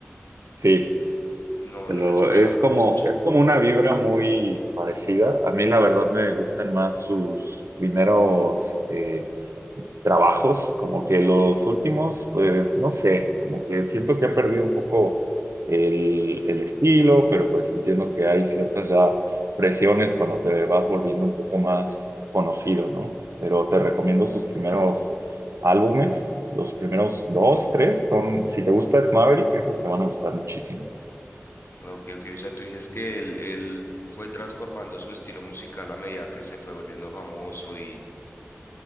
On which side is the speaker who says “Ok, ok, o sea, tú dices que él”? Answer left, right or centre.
Left